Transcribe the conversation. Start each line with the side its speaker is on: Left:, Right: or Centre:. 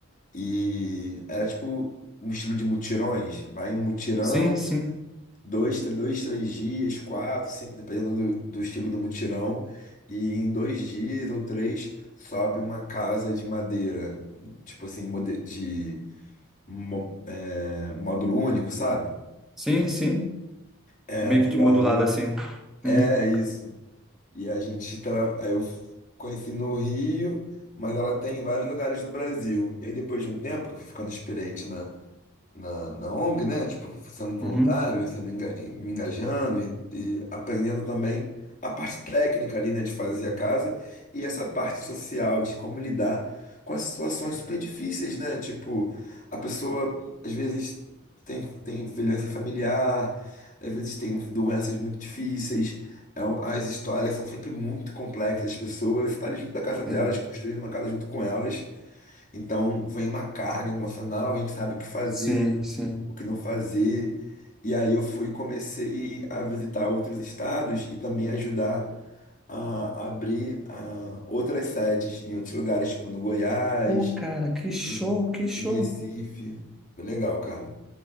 Left: E era tipo um estilo de mutirões. Vai em um mutirão,
Centre: sim, sim,
Left: dois, tr- dois, três dias, quatro, cinco, dependendo do, do estilo do mutirão. E em dois dias ou três sobe uma casa de madeira, tipo assim, mode- de mo- é, módulo único, sabe?
Centre: sim, sim.
Left: É,
Centre: Meio que
Left: e
Centre: de modulado
Left: aí eu-
Centre: assim. Uhum.
Left: é isso. E a gente tra... aí eu conheci no Rio, mas ela tem em vários lugares do Brasil. E aí depois de um tempo que eu fui ficando experiente na, na ONG, né? Tipo, sendo voluntário,
Centre: Uhum.
Left: e sendo enga- e me engajando e, e aprendendo também a parte técnica ali, né, de fazer a casa e essa parte social de como lidar com as situações super difíceis, né? Tipo, a pessoa às vezes tem, tem violência familiar, às vezes tem doenças muito difíceis. é um- As histórias são sempre muito complexas, as pessoas estão ali junto da casa delas,
Centre: Sim,
Left: construindo uma casa junto com elas, então vem uma carga emocional, a gente sabe o que fazer,
Centre: sim, sim.
Left: o que não fazer. E aí eu fui comecei a visitar outros estados e também ajudar a abrir ah, outras sedes em outros lugares, tipo no Goiás,
Centre: Ô, cara, que show,
Left: em,
Centre: que show.
Left: em Recife. Foi legal, cara.